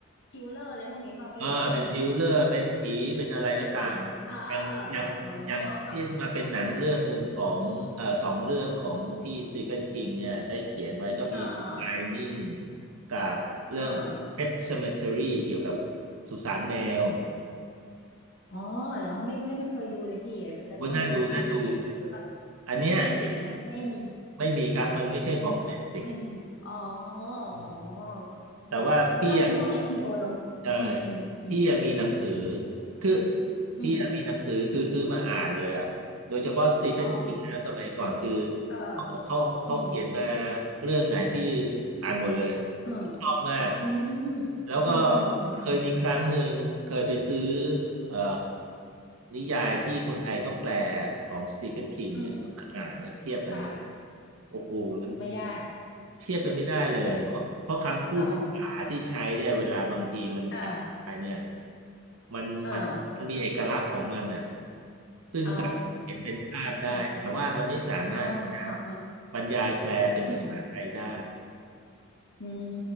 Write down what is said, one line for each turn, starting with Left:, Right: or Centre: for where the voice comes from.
Left: คิลเลอร์อะไรพวกนี้ป่ะพี่ใช่ไหม
Right: เออเป็นทริลเลอร์เป็นผีเป็นอะไรก็ตาม
Left: อ๋ออ่าอ่าอ่าอ่าอ๋อ
Right: อย่างอย่างอย่างที่มาเป็นหนังเรื่องหนึ่งของเอ่อสองเรื่องของที่สตีเฟนคิงเนี่ยได้เขียนไว้ก็มีไ
Left: อ่าอ่า
Right: h นิ่งกับเรื่อง
Left: อ่า
Right: Pet Cemetery เอมอีทีอาร์วายเกี่ยวกับสุสานแมว
Left: อ๋อเหรอไม่ไม่ไม่เคยดูเลยพี่แต่แต่ต้องดูมีในเน็ตฟลิกหรือเปล่า
Right: ดูน่าดูน่าดูอันเนี้ย
Left: มีในเน็ตฟลิกไหมไม่มี
Right: ไม่มีครับมันไม่ใช่ของ
Left: อืม
Right: n e t f l i
Left: ไม่มีอ๋อ
Right: อืม
Left: อ๋ออืมต้องเป็นพวก
Right: แต่ว่าพี่อัะ
Left: HBO อชบีโออืมอืมอืม
Right: ใช่พี่อะมีหนังสือคือ
Left: อืม
Right: พี่อัะมีหนังสือคือซื้อมาอ่านเลยอ่ะโดยเฉพาะสตีเฟนคิงนะสมัยก่อนคือ
Left: อ๋อเออ
Right: เขาเขาเขาเขียนมา
Left: อืม
Right: เรื่องไหนพี่อ่านหมดเลย
Left: เออ
Right: ชอบมาก
Left: อืม
Right: แล้วก็
Left: อืมอืมอืมอืม
Right: เคยมีครั้งหนึ่งเคยไปซื้อเอ่อนิยายที่คนไทยก็แปลของสตีเฟนคิงเนี่ยมาอ่านเนี่ยเทียบกันนะ
Left: อืมค่ะ
Right: โอ้โหมัน
Left: ไม่ได้
Right: เทียบกันไม่ได้เลยอะเพราะเพราะคำพูดภาษาที่ใช้เนี่ยเวลาบางทีมันอธิบายเนี่ย
Left: ใช่ไหมอ๋ออ่า
Right: มันมันมันมีเอกลักษณ์ของมันเนี่ย
Left: อ่า
Right: ซึ่งสา
Left: อ๋อ
Right: เห็นเป็นภาพได้
Left: เออเออ
Right: แต่ว่ามันไม่สามารถจะ
Left: อ๋ออ๋ออ๋อ
Right: บรรยายแปลเป็นภาษาไทยได้
Left: อืม อืม